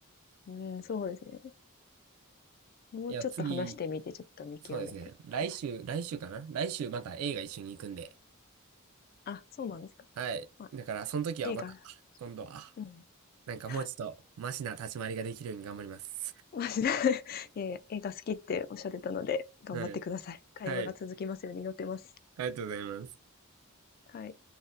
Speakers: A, on the left; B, on the right.
A: うん、そうですね。もうちょっと話してみて、
B: いや、次、
A: ちょっと見極めて。
B: そうですね。来週、
A: はい。
B: 来週かな来週また映画一緒に行くんで。
A: あ、そうなんですか。
B: はい。
A: まあ、
B: だから、その時はまた、
A: 映画、
B: 今度は、
A: うん。
B: なんかもうちょっと、
A: <laughs>
B: マシな立ち回りができるように頑張ります。
A: マジで、<laughs> いやいや、映画好きっておっしゃってたので、
B: <laughs>
A: 頑張ってください。
B: はい。
A: 会話が続きますように祈ってます。
B: はい。ありがとうございます。
A: はい。